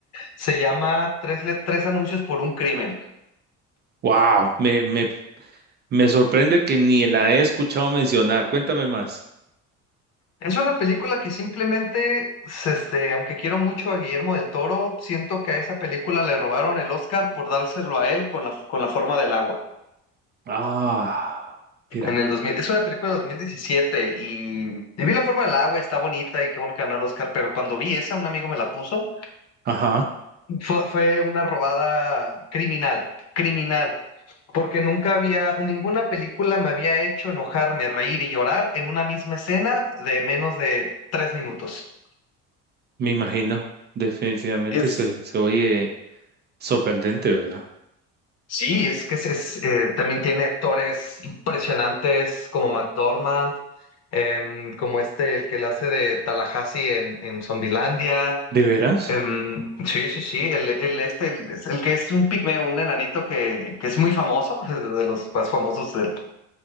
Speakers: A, on the left (about 55°); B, on the right (about 35°).
A: Se llama Tres, le- Tres anuncios por un crimen.
B: Wow, me, me, me sorprende que ni la he escuchado mencionar. Cuéntame más.
A: Es una película que simplemente, s- este, aunque quiero mucho a Guillermo del Toro, siento que a esa película le robaron el Oscar por dárselo a él con la, con la forma del agua.
B: Ah, mira.
A: En el 2000, es una película de 2017 y, y vi la forma del agua, está bonita y qué bueno que ganó el Oscar, pero cuando vi esa, un amigo me la puso,
B: Ajá,
A: fue, fue una robada criminal, criminal, porque nunca había, ninguna película me había hecho enojarme, reír y llorar en una misma escena de menos de tres minutos.
B: me imagino. Definitivamente
A: Es,
B: se, se oye sorprendente, ¿verdad?
A: sí, es que es, es, eh, también tiene actores impresionantes como McDormand, em, como este, el que la hace de Tallahassee en, en Zombielandia.
B: ¿De veras?
A: Em, sí, sí, sí, el, el este, el, es el que es un pigmeo, un enanito que, que es muy famoso, <laughs> de los más famosos del,